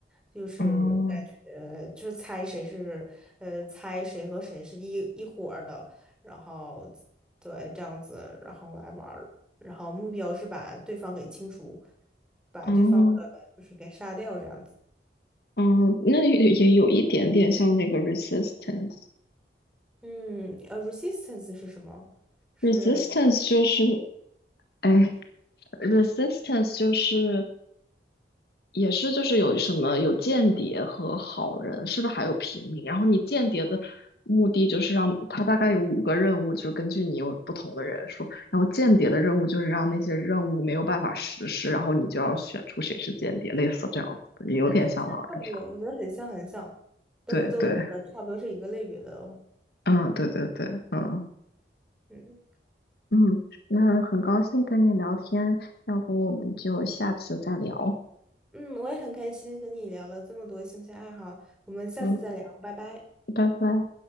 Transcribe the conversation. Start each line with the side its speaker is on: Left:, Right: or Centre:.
Centre: 就是感觉就是猜谁是呃猜谁和谁是一一伙儿的，
Left: 哦
Centre: 然后对这样子，然后来玩儿然后目标是把对方给清除，把对方的就是给杀掉这样子。
Left: 哦哦，那也也有一点点像那个 resistance。
Centre: 嗯，呃，resistance 是什么？是？
Left: resistance 就是，哎，resistance 就是也是就是有什么有间谍和好人，是不是还有平民？然后你间谍的目的就是让他大概有五个任务，就是根据你有不同的人数，然后间谍的任务就是让那些任务没有办法实施，然后你就要选出谁是间谍，类似这样子的，也有点像狼人杀。
Centre: 对对，是差不多，我觉得很像很像，都都呃差不多是一个类别的哦。
Left: 对对，嗯，对对对，嗯。
Centre: 嗯
Left: 嗯，那很高兴跟你聊天，要不我们就下次再聊。
Centre: 嗯，我也很开心和你聊了这么多兴趣爱好，我们下次再聊，
Left: 嗯，
Centre: 拜拜。
Left: 拜拜。